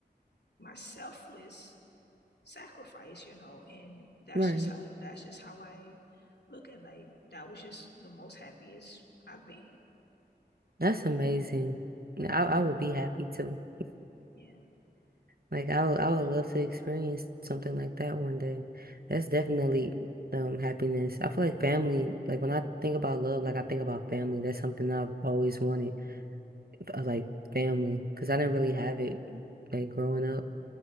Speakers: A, on the left; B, on the right.
A: my selfless sacrifice, you know, and that's
B: Right.
A: just how that's just how I look at like that was just the most happiest I've been.
B: That's amazing. I I would be happy too.
A: Yeah.
B: Like I would I would love to experience something like that one day. That's definitely um happiness. I feel like family, like when I think about love, like I think about family. That's something I've always wanted. uh, Like family, because I didn't really have it like growing up.